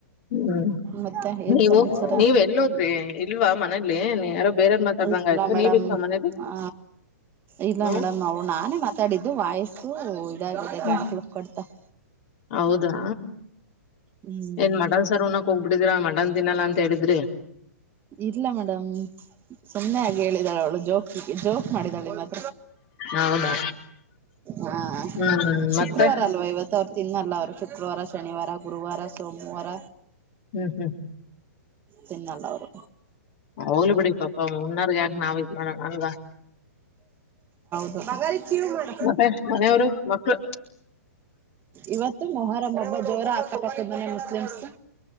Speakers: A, on the left (about 45°); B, on the right (about 25°).
A: ಹ್ಮ್
B: ಮತ್ತೆ ಏನ್
A: ನೀವು
B: ಸಮಾಚಾರ
A: ನೀವ ಎಲ್ಲಿಹೋದ್ರಿ ಇಲ್ವಾ ಮನೇ ಯಲ್ಲಿ ನೀ ಯಾರೋ ಬೇರೆನ್ ಮಾತಾಡ್ದಂಗ
B: ಇಲ್ಲ
A: ಆಯ್ತು
B: ಮೇಡಮ್
A: ನೀ ಇತ್ತುವಾ ಮನೇಲಿ-
B: ಆ ಇಲ್ಲ
A: ಹ್ಮ್
B: ಮೇಡಮ್ ಅವು ನಾನೇ ಮಾತಾಡಿದ್ದು ವಾಯ್ಸು ಇದಾಗಿದೆ
A: ಹ್ಮ್
B: ಗಂಟ್ಲು ಕಡ್ತ -
A: ಹೌದಾ.
B: ಹ್ಮ್
A: ಏನ್ ಮಟನ್ ಸಾರ್ ಉಣ್ಣಾಕ ಹೋಗ್ಬಿಟ್ಟಿದ್ರ ಮಟನ್ ತಿನ್ನಲ್ಲ ಅಂತ ಹೇಳಿದ್ರಿ.
B: ಇಲ್ಲ ಮೇಡಂ ಸುಮ್ಮನೆ ಹಾಗೆ ಹೇಳಿದಾಳ ಅವಳು ಜೋಕಿಗೆ ಜೋಕ್ ಮಾಡಿದಾಳೆ ಮತ್ತೆ.
A: ಹೌದಾ
B: ಹಾ
A: ಹ್ಮ್
B: ಶುಕ್ರವಾರ
A: ಮತ್ತೆ
B: ಅಲ್ವಾ ಇವತ್ತು - ತಿನ್ನಲ್ಲ ಅವರು ಶುಕ್ರವಾರ ಶನಿವಾರ ಗುರುವಾರ ಸೋಮವಾರ.
A: ಹ್ಮ್ ಹ್ಮ್.
B: ತಿನ್ನಲ್ಲ ಅವರು.
A: ಹೋಗ್ಲಿ ಬಿಡಿ ಪಾಪ ಉಣ್ಣಾವರಿಗೆ ಯಾಕ ನಾವು ಇದ ಮಾಡೋಣ ಅಲ್ವಾ?
B: <inaudible> ಮೇಡಂ.
A: ಮತ್ತೆ ಮನೆಯವರು ಮಕ್ಳು
B: ಇವತ್ತು ಮೊಹರಂ ಹಬ್ಬ ಜೋರ ಅಕ್ಕಪಕ್ಕದ ಮನೆ ಮುಸ್ಲಿಂಸು.